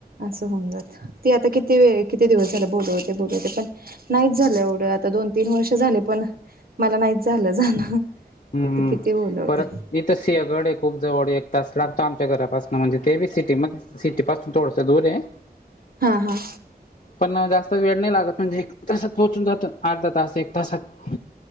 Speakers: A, on the right; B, on the left.
A: होऊन जात ती आता किती किती दिवस झालं बोलवते, बोलवते. पण नाहीच झालं एवढं आता दोन तीन वर्ष झाले, पण मला नाहीच झालं जाणं.
B: हम्म, हम्म.
A: ती किती बोलवते
B: परत तिथं सिंहगड आहे खूप जवळ एक तास लागतो आमच्या घरापासनं म्हणजे ते बी सिटीमध्ये सिटीपासून थोडसं दूर आहे.
A: हा, ‌हा.
B: पण जास्त वेळ नाही लागत म्हणजे एक तासात पोहोचून जात. अर्धा तास, एक तासात. <inaudible>